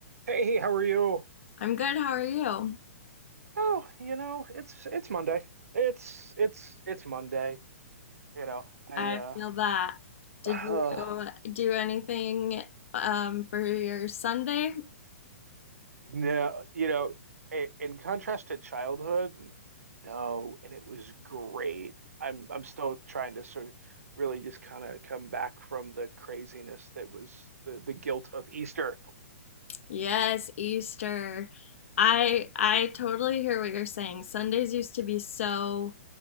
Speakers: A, on the right; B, on the left.
A: Hey, how are you?
B: I'm good. How are you?
A: Oh, you know, it's it's Monday. It's it's it's Monday. You know, I
B: I
A: uh,
B: feel that.
A: <sighs>
B: Did
A: uh
B: you do anything um, for your Sunday?
A: no, you know, in, in contrast to childhood, no, and it was great. I'm I'm still trying to sort of really just kind of come back from the craziness that was the the guilt of Easter.
B: Yes, Easter. I I totally hear what you're saying. Sundays used to be so